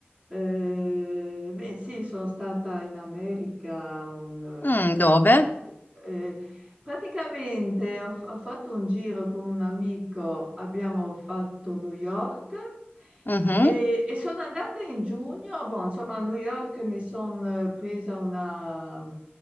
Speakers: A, on the right; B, on the left.
A: eh, beh, sì, sono stata in America, un,
B: <laughs> Mm,
A: eh, cos'era?
B: dove?
A: Eh, Praticamente ho, f- ho fatto un giro con un amico, abbiamo fatto New York
B: Mhm,
A: e, e sono andata in giugno. Boh, insomma, a New York mi sono presa una,